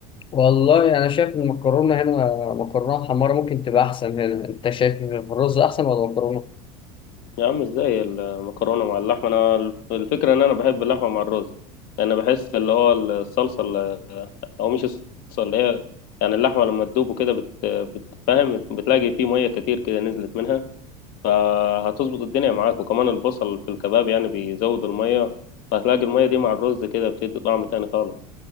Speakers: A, on the left (about 30°); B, on the left (about 60°).
A: والله انا شايف المكرونه هنا مكرونه حمارة ممكن تبقى احسن هنا انت شايف الرز احسن ولا المكرونه
B: يا عم ازاي المكرونة مع اللحمة انا الفكرة ان انا بحب اللحمة مع الرز لان بحس اللي هو الصلصة اللي او مش الصلصة اللي هي يعني اللحمة لما تدوب وكده بت... بتفهم بتلاقي فيه مية كتير كده نزلت منها فهتظبط الدنيا معاك وكمان البصل في الكباب يعني بيزود المية فهتلاقي المية دي مع الرز كده بتدي طعم تاني خالص